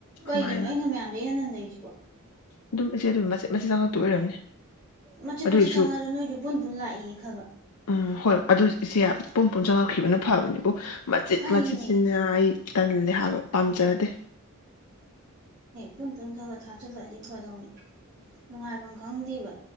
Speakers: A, on the right; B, on the left.
A: ꯀꯩꯒꯤꯅꯣ
B: ꯑꯗꯨꯃꯥꯏꯅ
A: ꯑꯩꯅ ꯃꯌꯥꯝꯗ ꯍꯦꯟꯅ ꯂꯩ ꯕ <unintelligible>
B: ꯑꯗꯨꯝ ꯏꯆꯦ ꯗꯨꯝ ꯃꯆꯤꯠ ꯃꯆꯤꯠ ꯇꯣꯏꯔꯝꯅꯤ
A: ꯃꯆꯤꯠ
B: ꯑꯗꯨꯏꯁꯨ
A: ꯃꯆꯤꯠ ꯆꯪꯉꯛꯑꯁꯨ ꯅꯣꯏꯁꯨ ꯄꯨꯟ ꯄꯨꯟ ꯂꯥꯛꯏ ꯈꯔ ꯈꯔ
B: ꯎꯝ ꯍꯣꯏ ꯑꯗꯨ ꯏꯆꯦ ꯄꯨꯟ ꯄꯨꯨꯟꯅ ꯆꯪꯉꯛꯈꯤꯕꯅ ꯐꯕꯅꯦ ꯃꯆꯤꯠ
A: ꯐꯩꯌꯦꯃꯤ
B: ꯃꯆꯤꯠꯁꯤꯅ ꯑꯩ ꯇꯜꯂꯦ ꯍꯥꯏꯕ ꯄꯥꯝꯖꯗꯦ
A: ꯄꯨꯨꯟ ꯄꯨꯟ ꯈꯔꯒ ꯊꯥꯆꯜꯂꯑꯗꯤ ꯐꯗꯧꯅꯤ ꯅꯨꯡꯉꯥꯏꯐꯝ ꯈꯪꯗꯦꯕ